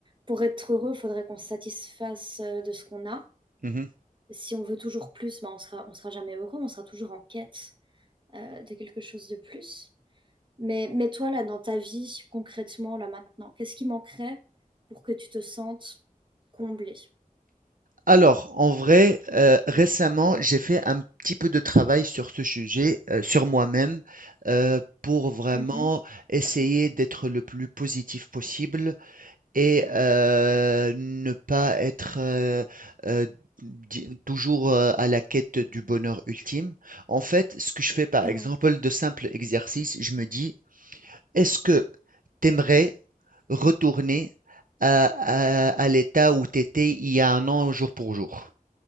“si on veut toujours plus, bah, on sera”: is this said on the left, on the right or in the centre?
Right